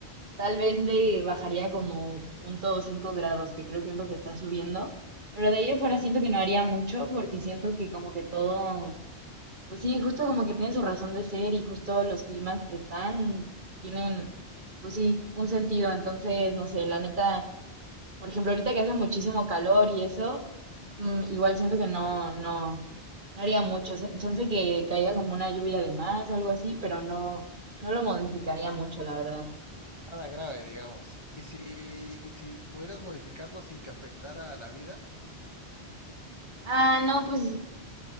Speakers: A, on the right; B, on the left.
A: tal vez le bajaría como punto cinco grados, que creo que es lo que está subiendo, pero de ahí en
B: ok.
A: fuera siento que no haría mucho porque siento que como que todo, pues sí, justo como que tiene su razón de ser y justo los climas que están tienen, pues sí, un sentido, entonces, no sé, la neta. Por ejemplo, ahorita que hace muchísimo calor y eso, mm, igual siento que no, no, no haría mucho. O sea, Chance que caiga como una lluvia de más o algo así, pero no, no lo modificaría mucho, la verdad.
B: Nada grave, digamos. ¿Y si, y si pudieras modificarlo sin que afectara a la vida?
A: Ah, no, pues